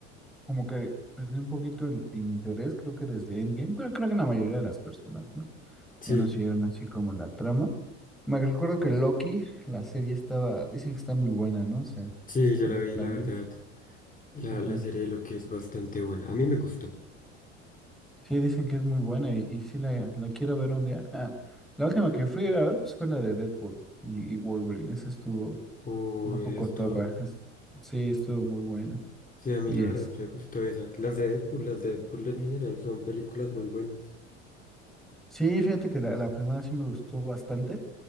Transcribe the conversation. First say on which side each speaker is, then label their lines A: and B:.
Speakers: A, in the centre; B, on the left (about 25°).
A: como que perdió un poquito el interés, creo que desde Endgame, pero creo que la mayoría de las personas, ¿no?
B: Sí,
A: Ya no siguieron así como la trama. Me recuerdo que Loki, la serie estaba, dicen que está muy buena, ¿no? O sea,
B: sí, yo
A: tampoco
B: la vi,
A: la
B: la
A: vi.
B: verdad. La,
A: Ajá.
B: la serie lo que es bastante buena. A mí me gustó.
A: Sí, dicen que es muy buena y, y sí la, la quiero ver un día. <laughs> Ah, la última que fui a ver pues fue la de Deadpool y, y Wolverine, esa estuvo
B: Uy,
A: un poco cotorrajas.
B: esto.
A: <laughs> Sí, estuvo muy buena.
B: Sí, a mí
A: Y
B: la verdad
A: este,
B: me gustó esa. Las de Deadpool, las de Deadpool en general son películas muy buenas.
A: sí, fíjate que la, la primera sí me gustó bastante.